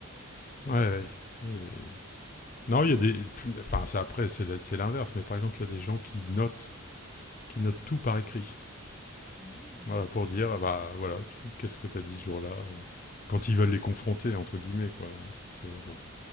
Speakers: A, in the centre; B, on the left.
A: ok,
B: Ouais. ouais. Et-
A: c'est
B: Non,
A: pas.
B: il y a des, enfin ça après c'est l'inverse, mais par exemple il y a des gens qui notent, qui notent tout par écrit.
A: Hmm.
B: Voilà pour dire ah bah voilà, qu'est-ce que tu as dit ce jour-là euh, quand ils veulent les confronter entre guillemets quoi. C'est bon,